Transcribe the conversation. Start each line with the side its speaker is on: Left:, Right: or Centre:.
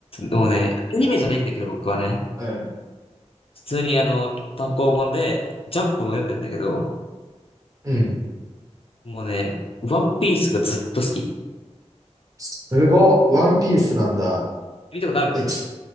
Left: もうね、アニメじゃないんだけど、僕はね。
Right: うん。
Left: 普通にあの、単行本で、ジャンプも読んでんだけど、
Right: うん。
Left: もうね、ワンピースがずっと好き。
Right: すごっ。ワンピースなんだ。
Left: 見たことある
Right: え、ち、